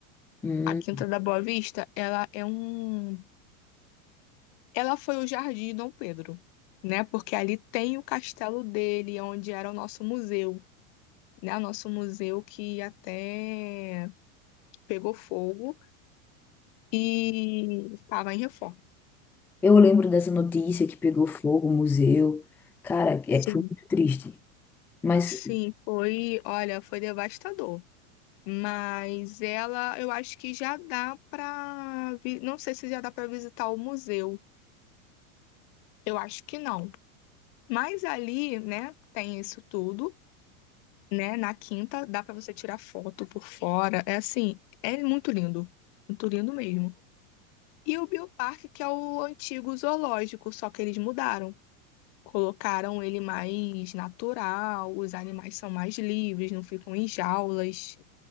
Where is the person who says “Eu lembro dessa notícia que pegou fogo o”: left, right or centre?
Centre